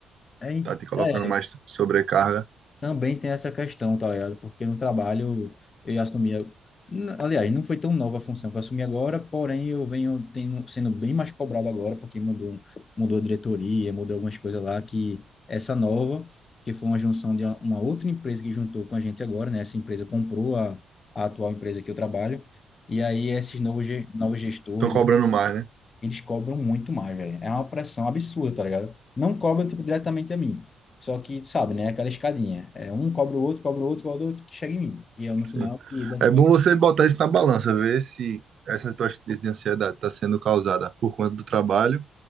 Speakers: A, on the left; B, on the right.
A: É,
B: tá te colocando
A: é,
B: mais sobrecarga?
A: também tem essa questão, tá ligado? Porque no trabalho eu já assumia. n- Aliás, não foi tão nova a função que eu assumi agora, porém eu venho tendo, sendo bem mais cobrado agora, porque mudou, mudou a diretoria, mudou algumas coisas lá, que essa nova, que foi uma junção de uma, uma outra empresa que juntou com a gente agora, né? Essa empresa comprou a, a atual empresa que eu trabalho, e aí esses novos, ge- novos gestores,
B: Estão cobrando mais, né?
A: eles cobram muito mais, velho. É uma pressão absurda, tá ligado? Não cobram, tipo, diretamente a mim. Só que, tu sabe, né? Aquela escadinha. É, um cobra o outro, cobra o outro, cobra o outro, que chega em mim. E eu, no
B: Sim.
A: final, e das
B: É
A: contas,
B: bom você botar isso na balança, ver se essa tua crise de ansiedade está sendo causada por conta do trabalho